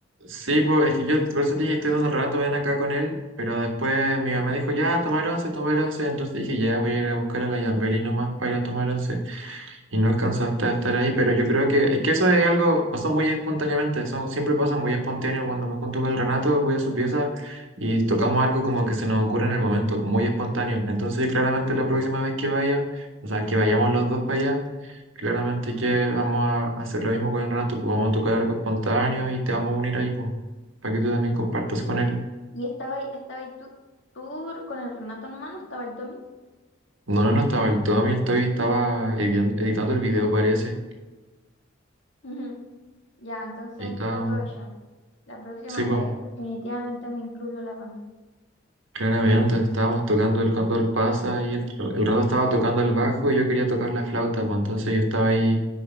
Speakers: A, on the right; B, on the left.
A: Sí, pues es que yo por eso te dije, estoy dando el rato, ven acá con él, pero después mi mamá dijo, ya, tomar once, tomar once, entonces dije, ya, voy a ir a buscar a la Yambeli nomás para ir a tomar once. Y no alcanzaste a estar ahí, pero yo creo que es que eso es algo, pasó muy espontáneamente, eso siempre pasa muy espontáneo. Cuando me junto con el Renato, voy a su pieza y tocamos algo como que se nos ocurre en el momento, muy espontáneo. Entonces, claramente la próxima vez que vaya, o sea, que vayamos los dos para allá, claramente que vamos a hacer lo mismo con el Renato, pues vamos a tocar algo espontáneo y te vamos a unir ahí, pues, para que tú también compartas con él.
B: Y estaba ahí, estaba ahí tú, tú con el Renato nomás, no estaba el Tommy.
A: No, no, no estaba el Tommy, el Toby estaba editando editando el video, parece,
B: Ujú. Ya, entonces
A: y estaba,
B: trato de yo. La próxima
A: sí, pues.
B: vez definitivamente me incluyo la banda.
A: Claramente, estábamos tocando el Cóndor pasa y el, tro- el rato estaba tocando el bajo y yo quería tocar la flauta, pues entonces yo estaba ahí